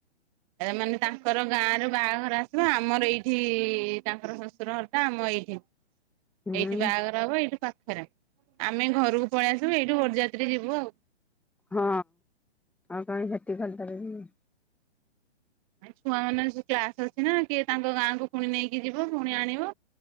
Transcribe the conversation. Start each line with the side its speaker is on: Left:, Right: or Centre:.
Right: ମାନେ ତାଙ୍କର ଗାଁ ର ବାହାଘର ଆସିବ ଆମର ଏଇଠି ତାଙ୍କର ଶ୍ୱଶୁର ଘରଟା ଆମ ଏଇଠି
Centre: ହୁଁ
Right: ଏଇଠି ବାହାଘର ହବ ଏଇଠି ପାଖରେ ଆମେ ଘରକୁ ପଳେଇ ଆସିବୁ ଏଇଠୁ ବରଯାତ୍ରୀ ଯିବୁ ଆଉ।
Centre: ହଁ ଆଉ କାହିଁ ଖାଲି ଟାରେ ସେଠାକୁ ଯିବ।
Right: ଛୁଆ ମାନ ଯ କ୍ଲାସ ଅଛି ନା କିଏ ତାଙ୍କ ଗାଁକୁ ପୁଣି ନେଇକି ଯିବ ପୁଣି ଆଣିବ